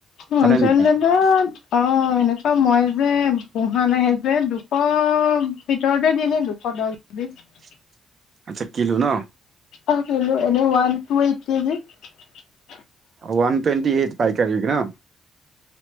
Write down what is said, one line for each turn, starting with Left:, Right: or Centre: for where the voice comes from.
Left: হ'লচেল
Right: জানে নেকি
Left: ৰেটত অ সেনেকুৱা মই যে পোহা নাহে যে দুশ ভিতৰতে দিনে দুশ <unintelligible>
Right: <inaudible> আচ্ছা কিলো ন
Left: <unintelligible>
Right: ৱান টুৱেণ্টি এইট পাইকাৰীক ন